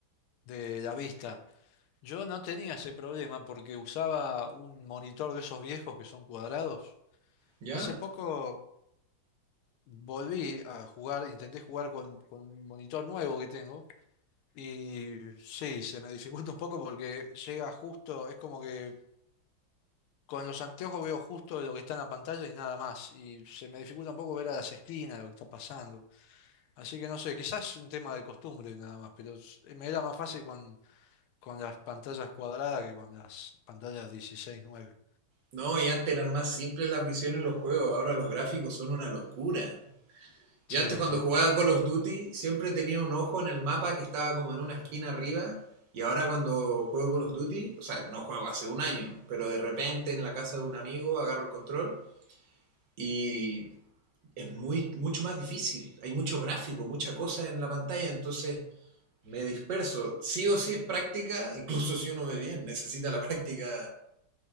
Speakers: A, on the left (about 85°); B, on the right (about 65°).
A: de la vista, yo no tenía ese problema porque usaba un monitor de esos viejos que son cuadrados.
B: ¿Ya?
A: Hace poco volví a jugar, intenté jugar con, con un monitor nuevo que tengo. Y sí, se me dificulta un poco porque llega justo, es como que Con los anteojos veo justo lo que está en la pantalla y nada más. Y se me dificulta un poco ver a las esquinas lo que está pasando. Así que no sé, quizás es un tema de costumbre nada más, pero s- me era más fácil con, con las pantallas cuadradas que con las pantallas 16:9.
B: No, y antes eran más simples las visiones en los juegos, ahora los gráficos son una locura.
A: Sí,
B: Yo antes cuando
A: sí.
B: jugaba Call of Duty siempre tenía un ojo en el mapa que estaba como en una esquina arriba y ahora cuando juego Call of Duty, o sea, no juego hace un año, pero de repente en la casa de un amigo agarro el control y es muy, mucho más difícil. Hay mucho gráfico, mucha cosa en la pantalla, entonces me disperso. Sí o sí es práctica, incluso si uno ve bien, necesita la práctica